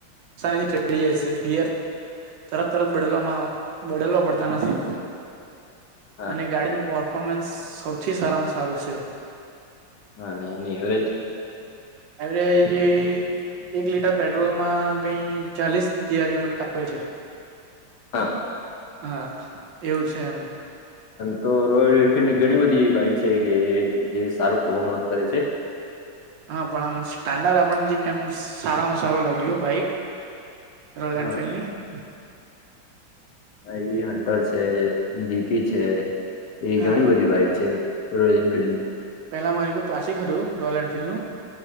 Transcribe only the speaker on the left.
હા
હા અને એમની એવરેજ
હા
તો રોયલ એફિલ્ડની ઘણી બધી બાઈક છે કે જે સારો પર્ફોર્મન્સ કરે છે.
હા
એઈવી હન્ટર છે જીટી છે એ
ઘણી બધી બાઈક છે રોયલ એનફિલ્ડની